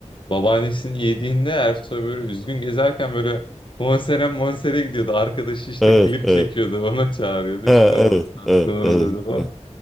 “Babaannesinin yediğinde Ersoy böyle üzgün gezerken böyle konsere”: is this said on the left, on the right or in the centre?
Left